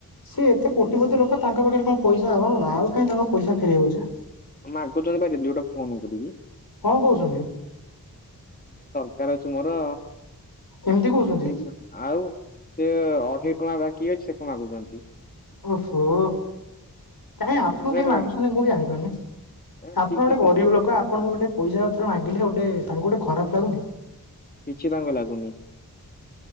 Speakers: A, on the left (about 65°); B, on the left (about 25°).
A: ସେ ଏତେ କୋଟି ପତି ଲୋକ ତାଙ୍କ ପାଖରେ କଣ ପଇସା ହବ ଆଉ କାହିଁ ତାଙ୍କ ପଇସା ଫେରେଇବ ଯେ।
B: ମାଗୁଛନ୍ତି ବା ଡେଲି ଗୋଟେ ଫୋନ କରିକି
A: କଣ କହୁଛନ୍ତି?
B: ଦକାର ଅଛି ମୋର
A: ଏମିତି କହୁଛନ୍ତି
B: ସେ ଆଉ ସେ ଅଢେଇ ଟଙ୍କା ବାକି ଅଛି ସେ କଣ ମାଗୁଛନ୍ତି।
A: ଓହୋ। କାଇହିଁ ଆପଣ କେମିତି
B: ଏଟା
A: ମାଗୁଛନ୍ତି ମୁ ବି ଜଣିପାରୁନି?
B: ଏଟା
A: ଆପଣ
B: ଠିକ
A: ଗୋଟେ
B: କଥା।
A: ଗରିବ ଲୋକ। ଆପଣଙ୍କୁ ଗୋଟେ ପଇସା ପତ୍ର ମାଗିଲେ ଗୋଟେ ତାଙ୍କୁ ଗୋଟେ ଖରାପ ଲାଗୁନି।
B: କିଛି ତାଙ୍କୁ ଲାଗୁନି।